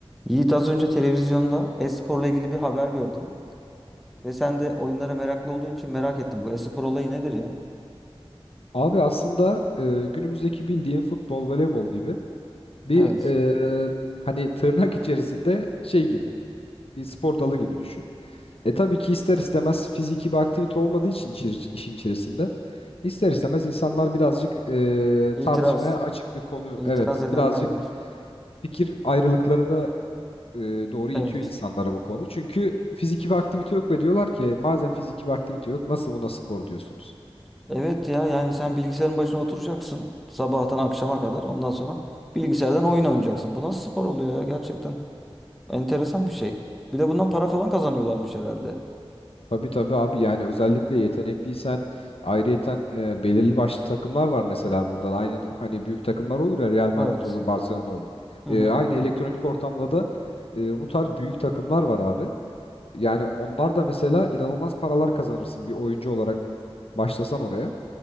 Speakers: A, in the centre; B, on the left (about 70°).
A: Yiğit az önce televizyonda e-sporla ilgili bir haber gördüm. Ve sen de oyunlara meraklı olduğun için merak ettim. Bu e-spor olayı nedir ya?
B: Abi aslında e, günümüzdeki bildiğin futbol, voleybol gibi bir
A: Evet.
B: e, hani tırnak <laughs> içerisinde şey gibi bir spor dalı gibi düşün. E tabii ki ister istemez fiziki bir aktivite olmadığı için içi- işin içerisinde ister istemez insanlar birazcık e,
A: İtiraz.
B: tartışmaya açık bir konu.
A: İtiraz
B: Evet
A: edenler
B: birazcık
A: var.
B: fikir ayrılıklarına e, doğru itiyor
A: Evet.
B: insanlara bu konu. Çünkü fiziki bir aktivite yok ve diyorlar ki "E, madem fiziki bir aktivite yok nasıl buna spor diyorsunuz?
A: Evet ya yani sen bilgisayarın başına oturacaksın. Sabahtan akşama kadar. Ondan sonra bilgisayardan oyun oynayacaksın. Bu nasıl spor oluyor ya? Gerçekten enteresan bir şey. Bir de bundan para falan kazanıyorlarmış herhalde.
B: Tabii tabii abi yani özellikle yetenekliysen ayrıyeten e, belirli başlı takımlar var mesela burada. Aynı hani büyük takımlar olur ya Real Madrid
A: Evet.
B: olur, Barcelona olur.
A: Hı
B: E,
A: hı.
B: aynı Hı hı. elektronik ortamda da e, bu tarz büyük takımlar var abi. Yani onlar da mesela inanılmaz paralar kazanırsın bir oyuncu olarak başlasan oraya.